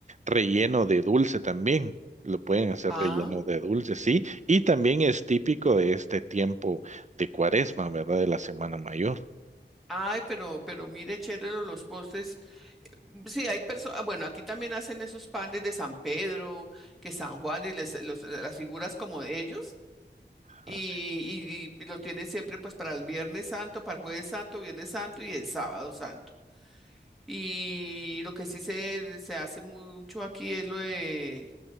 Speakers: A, on the right (about 40°); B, in the centre.
A: relleno de dulce también. Lo pueden hacer
B: Ah,
A: relleno de dulce, sí. Y también es típico de este tiempo de Cuaresma, ¿verdad? De la Semana Mayor.
B: ay, pero, pero mire, chévere los postres. Mm, Sí, hay personas, bueno, aquí también hacen esos panes de San Pedro, que San Juan y les, los- las figuras como de ellos y,
A: Ajá.
B: y, y lo tienen siempre pues para el Viernes Santo, para el Jueves Santo, Viernes Santo y el Sábado Santo. Y lo que sí se, se hace mucho aquí es lo de